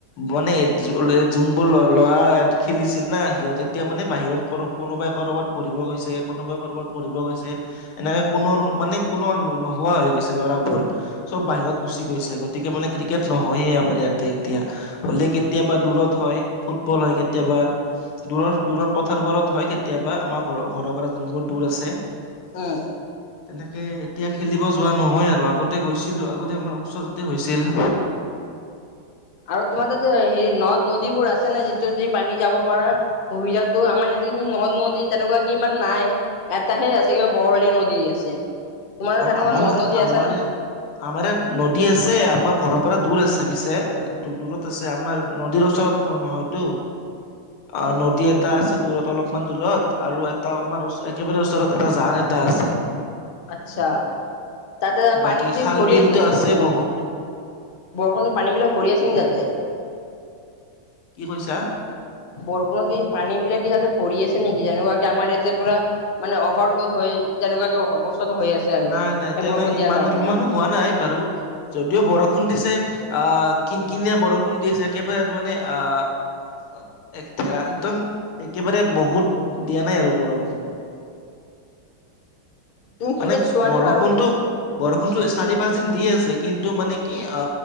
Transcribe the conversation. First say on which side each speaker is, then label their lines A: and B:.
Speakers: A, on the left (about 85°); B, on the left (about 60°).
A: মানে যোনবোৰ ল ল'ৰা ইাত খেলিছিল না সিহঁত এতিয়া মানে বাহিৰত কোনো কোনোবাই ক'ৰবাত পঢ়িব গৈছে কোনোবাই ক'ৰবাত পঢ়িব গৈছে। এনেকে কোনো মানে কোনো নোহোৱা হৈ গৈছে ল'ৰাবোৰ। সব বাহিৰত গুচি গৈছে গতিকে মানে ক্ৰিকেট নহয়ে আমাৰ ইয়াতে এতিয়া। হলে কেতিয়াবা দূৰত হয়, ফুটবল হয় কেতিয়াবা। দূৰৰ দূৰৰ পথাৰবোৰত হয় কেতিয়াবা, আমাৰ ঘৰ ঘৰৰ পৰা যোনবোৰ দূৰ আছে।
B: উম।
A: তেনেকে এতিয়া খেলিব যোৱা নহয় আৰু আগত তে গৈছিলোঁ আগতে আমাৰ ওচৰতে হৈছিল।
B: আৰু তোমাৰ তাতে হেৰি নদ নদীবোৰ আছে নে যিটো দি পানী যাব পাৰাৰ সুবিধাতো আমাৰ ইয়াত কিন্তু নদ নদী তেনেকুৱা কি ইমান নাই। এটাহে আছে কিবা বৰলীয়া নদী আছে তোমাৰ তেনেকুৱা
A: আমাৰ
B: নদ নদী
A: আমাৰ
B: আছে নে?
A: ইয়াত আমাৰ ইয়াত নদী আছে আমাৰ ঘৰৰ পৰা দূৰ আছে পিছে। দু দূৰত আছে আমাৰ নদীৰ ওচৰত ঘৰ নহয়টো। অ নদী এটা আছে দূৰত অলপমান দূৰত আৰু এটা আমাৰ একেবাৰে ওচৰত এটা জান এ এটা আছে।
B: আচ্ছা তাতে
A: আৰু বাকী
B: পানী দি
A: খাল
B: ভৰি
A: বিলতো
B: আছে নেকি বৰষুণত?
A: বহুত
B: বৰষুণৰ পানী বিলাক ভৰি আছে নেকি তাতে?
A: কি কৈছা?
B: বৰষুণত কি পানী বিলাক কি যাতে ভৰি আছে নেকি যেনেকুৱা কি আমাৰ ইয়াতে পোৰা মানে অভাৰলোড হয় তেনেকুৱাকে বস্তুটো হৈ আছে আৰু।
A: নাই নাই
B: এই
A: তেনে
B: বৰষুণ দিয়াৰ
A: ইমান
B: কাৰণে।
A: ইমানো হোৱা নাই বাৰু। যদিও বৰষুণ দিছে আহ কিন কিনিয়া বৰষুণ দিছে একেবাৰে মানে আহ অ একেৰা একদম একেবাৰে বহুত দিয়া নাই আৰু বৰষুণ।
B: তুমি
A: মানে
B: ক্ৰিকেট চোৱা
A: বৰষুণটো‌
B: নে বাৰু?
A: বৰষুণটো চাৰি পাঁচ দিন দি আছে কিন্তু মানে কি অ